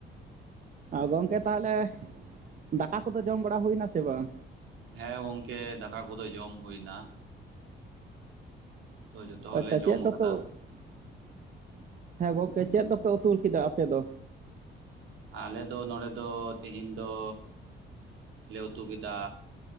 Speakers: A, on the right (about 40°); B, on the right (about 80°).
A: ᱟᱨ ᱜᱚᱝᱠᱮ ᱛᱟᱦᱚᱞᱮ ᱫᱟᱠᱟ ᱠᱚᱫᱚ ᱡᱚᱢ ᱵᱟᱲᱟ ᱦᱩᱭᱱᱟ ᱥᱮ ᱵᱟᱝ
B: ᱦᱮᱸ ᱜᱚᱝᱠᱮ ᱫᱟᱠᱟ ᱠᱚᱫᱚ ᱡᱚᱢ ᱦᱩᱭ ᱮᱱᱟ ᱡᱚᱛᱚ ᱦᱚᱲᱞᱮ
A: ᱟᱪᱪᱷᱟ
B: ᱡᱚᱢ
A: ᱪᱮᱫ ᱫᱚᱯᱮ
B: ᱟᱠᱟᱫᱟ
A: <unintelligible> ᱦᱮᱸ ᱜᱚᱝᱠᱮ ᱪᱮᱫ ᱫᱚᱯᱮ ᱩᱛᱩ ᱠᱮᱫᱟ ᱟᱯᱮ ᱫᱚ
B: ᱟᱞᱮ ᱫᱚ ᱱᱚᱰᱮ ᱫᱚ ᱛᱮᱦᱮᱧ ᱫᱚ ᱞᱮ ᱩᱛᱩ ᱠᱮᱫᱟ